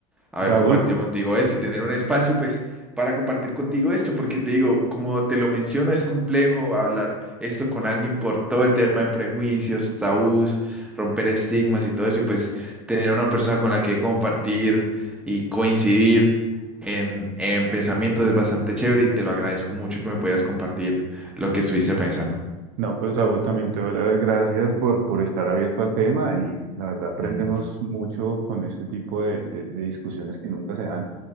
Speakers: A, in the centre; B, on the right.
A: haber
B: Raúl,
A: compartido contigo esto y tener un espacio, pues, para compartir contigo esto, porque te digo, como te lo menciono, es complejo hablar esto con alguien por todo el tema de prejuicios, tabús, romper estigmas y todo eso, y pues tener una persona con la que compartir y coincidir en, en pensamientos es bastante chévere y te lo agradezco mucho que me pudieras compartir lo que estuviste pensando.
B: no, pues Raúl, también te doy las gracias por, por estar abierto al tema y la verdad aprendemos
A: Mm.
B: mucho con este tipo de de- de discusiones que nunca se dan.